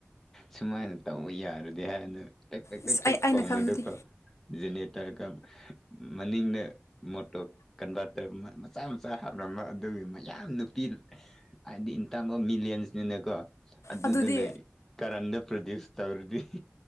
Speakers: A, in the centre; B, on the left.
A: ꯁꯨꯃꯥꯏꯅ ꯇꯧꯕ ꯌꯥꯔꯗꯤ ꯍꯥꯏꯅ ꯀꯦꯛ ꯄꯦꯛ
B: ꯑꯁ
A: ꯀꯦꯛ ꯇꯦꯛ
B: ꯑꯩ ꯑꯩꯅ
A: ꯈꯣꯡꯕꯗꯨꯀꯣ
B: ꯈꯟꯕꯗꯤ
A: ꯖꯦꯅꯦꯇꯔꯒ ꯃꯅꯤꯡꯗ ꯃꯣꯇꯣꯔ ꯀꯟꯚꯔꯇꯔ ꯃꯆꯥ ꯃꯆꯥ ꯍꯥꯞꯂꯝꯕ ꯑꯗꯨꯒꯤ ꯃꯌꯥꯝ ꯅꯨꯄꯤ ꯍꯥꯏꯗꯤ ꯏꯟꯇꯝ ꯑꯣꯐ ꯃꯤꯂꯤꯌꯟꯁꯅꯤꯅꯥꯀꯣ ꯑꯗꯨꯗꯅꯦ
B: ꯑꯗꯨꯗꯤ
A: ꯀꯔꯟꯗꯣ ꯄꯔꯗꯤꯌꯨꯁ ꯇꯧꯔꯗꯤ